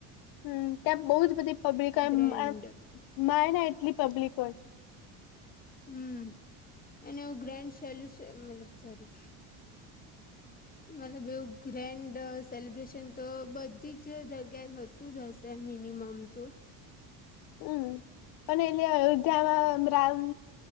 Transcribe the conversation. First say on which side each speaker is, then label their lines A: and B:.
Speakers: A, on the left (about 55°); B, on the left (about 20°).
A: હમ ત્યાં બહુ જ બધી પબ્લિકો હોય,
B: ગ્રેન્ડ
A: માય ના એટલી પબ્લિક હોય.
B: હમ અને એવું ગ્રાન્ડ સેલ્યુસ મતલબ સોરી મતલબ એવું ગ્રેન્ડ સેલિબ્રેશન તો બધી જ જગ્યા જ હ તું જ હશે મિનિમમ તો
A: અ હ પણ એટલે અયોધ્યામાં રામ